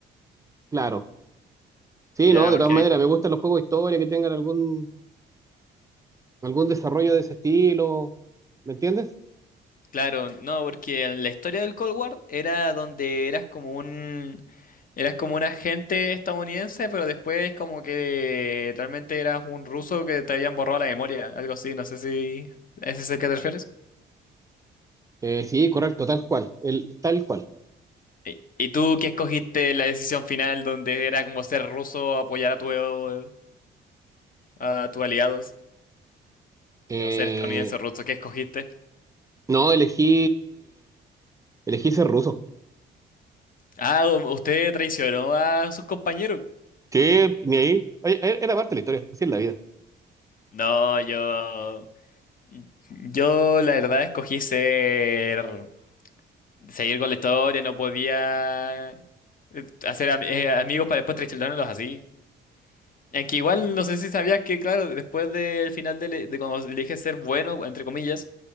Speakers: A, on the right; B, on the left.
A: claro. Sí,
B: Ya,
A: no, de
B: porque,
A: todas maneras, me gustan los juegos de historia que tengan algún, algún desarrollo de ese estilo, ¿me entiendes?
B: claro, no, porque en la historia del Cold War era donde eras como un... Eras como un agente estadounidense, pero después como que realmente eras un ruso que te habían borrado la memoria, algo así, no sé si ese es el que te refieres.
A: Eh, sí, correcto, tal cual, el, tal cual.
B: ¿Y y tú qué escogiste en la decisión final donde era como ser ruso, apoyar a tu, eh, a tus aliados?
A: Eh,
B: eh, O ser estadounidense o ruso, ¿qué escogiste?
A: No, elegí, elegí ser ruso.
B: Ah, u- usted traicionó a sus compañeros.
A: Que ni ahí, Ay, e- era parte de la historia, así es la vida.
B: No, yo... Yo la verdad escogí ser... Seguir con la historia, no podía eh, hacer ami- eh, amigos para después traicionarlos así. Es que igual no sé si sabías que, claro, después del final de, le- de cuando elige ser bueno, entre comillas,